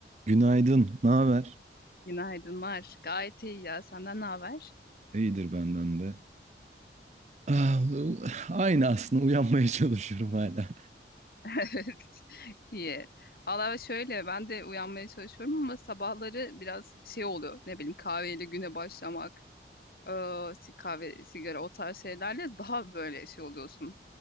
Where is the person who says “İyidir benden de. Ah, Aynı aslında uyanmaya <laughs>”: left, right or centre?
Right